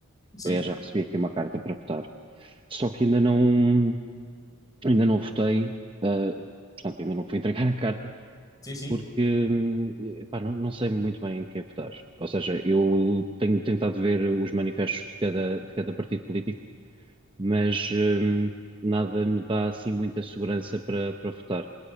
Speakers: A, on the left; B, on the right.
A: Sim,
B: Aliás, já recebi aqui uma carta para votar, só que ainda não, ainda não votei, ah, portanto, ainda não fui entregar a carta,
A: sim, sim.
B: porque, hum, epá, não, não sei muito bem em quem votar. Ou seja, eu tenho tentado ver os manifestos de cada, de cada partido político, mas, hum, nada me dá assim muita segurança para, para votar.